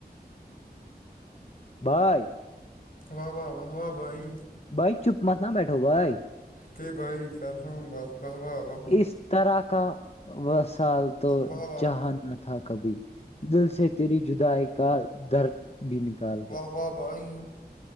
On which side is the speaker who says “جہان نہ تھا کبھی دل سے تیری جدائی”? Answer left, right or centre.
Left